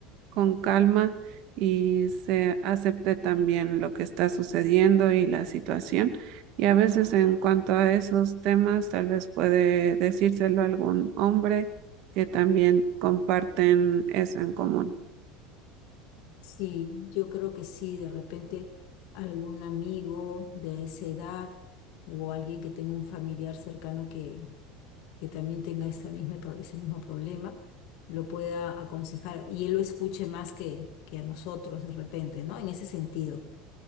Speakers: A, on the right; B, on the left.
A: con calma y se acepte también lo que está sucediendo y la situación. Y a veces en cuanto a esos temas, tal vez puede decírselo a algún hombre que también comparten eso en común.
B: Sí, yo creo que sí, de repente algún amigo de esa edad o alguien que tenga un familiar cercano que, que también tenga esa misma, pro- ese mismo problema, lo pueda aconsejar y él lo escuche más que, que a nosotros de repente, ¿no? En ese sentido.